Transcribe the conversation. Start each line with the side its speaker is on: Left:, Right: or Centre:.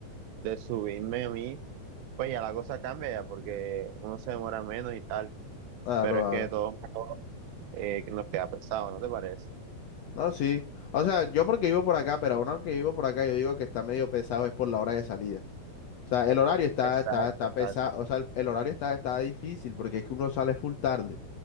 Right: de subirme a mí, pues ya la cosa cambia ya porque uno se demora menos y tal,
Left: Claro,
Right: pero es
Left: claro.
Right: que de todos modos eh, que nos queda pesado, ¿no te parece?
Left: No, sí. O sea, yo porque vivo por acá, pero aún aunque vivo por acá, yo digo que está medio pesado es por la hora de salida. O sea, el horario está,
Right: Exacto,
Left: está, está
Right: exacto.
Left: pesado, o sea, el, el horario está, está difícil porque es que uno sale full tarde.